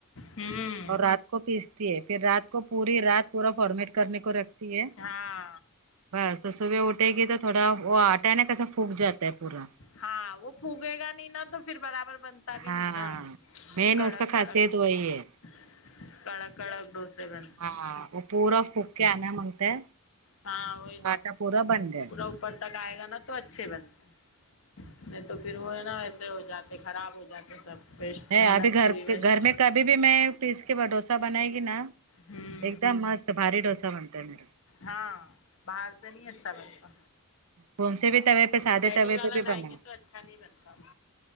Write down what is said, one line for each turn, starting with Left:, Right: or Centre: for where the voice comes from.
Left: ہوں
Right: اور رات کو پیستی ہے پھر رات کو پوری رات پورا فارمیٹ کرنے کو رکھتی ہے
Left: ہاں
Right: بس تو صبح اٹھے گی تو تھوڑا وہ آٹا ہے نا کیسا پھک جا ہے پورا
Left: ہاں وہ پھگے گا ن نا تو پھر برابر بن پ بھی
Right: ہاں
Left: نہیں نا
Right: مین
Left: کڑک
Right: اس کا خاصیت
Left: کڑک
Right: وہی ہے
Left: کڑ کڑگ دوسے بنتے
Right: ہاں وہ پورا پھک کے آنا مانگتا ہے
Left: ہاں وہی
Right: آٹا پورا بن گیا
Left: تو اپر تک آئے گا نا تو اچھے بنتے نہیں تو پھر وہ ہے نا وسے ہو جاا خراب ہو جاتا سب ویسٹ
Right: ہے
Left: محنت
Right: گھر
Left: پوری ویسٹ
Right: گھر
Left: سے
Right: میں کبھی ابھی بھی میں پیس کے ڈوسا بنائے گی نا
Left: ہمم
Right: ایک دم مست باری ڈوسا بنتا ہے میرا
Left: ہاں باہر سے نہیں اچھا بنتا
Right: کون سے بھی توے پہ سادے
Left: ریڈی
Right: توے
Left: والا
Right: پہ بھی
Left: لائیں
Right: بنا
Left: گے تو اچھا نہیں بنتا